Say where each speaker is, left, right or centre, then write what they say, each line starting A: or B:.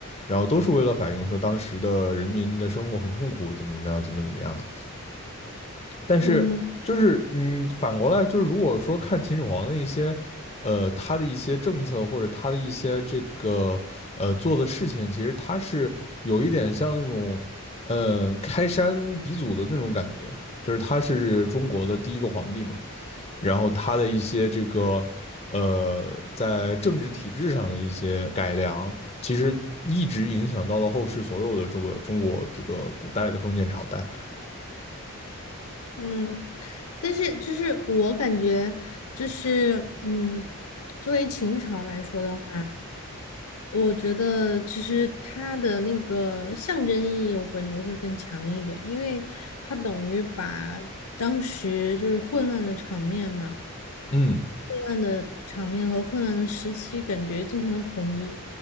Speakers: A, on the left; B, on the left.
A: 然后都是为了反映说当时的人民的生活很痛苦，怎么怎么样，怎么怎么样的。但是就是嗯，
B: 嗯。
A: 反过来就是，如果说看秦始皇的一些，呃，他的一些政策或者他的一些这个呃做的事情，其实他是有一点像那种，嗯、呃开山鼻祖的那种感觉，就是他是中国的第一个皇帝嘛，然后他的一些这个呃在政治体制上的一些改良，其实一直影响到了后世所有的这个中国这个古代的封建朝代，
B: 嗯，但是就是我感觉就是嗯，作为秦朝来说的话，我觉得其实它的那个象征意义，我感觉会更强一点，因为它等于把当时就是混乱的场面嘛，
A: 嗯
B: 混乱的场面和混乱的时期感觉进行了统一，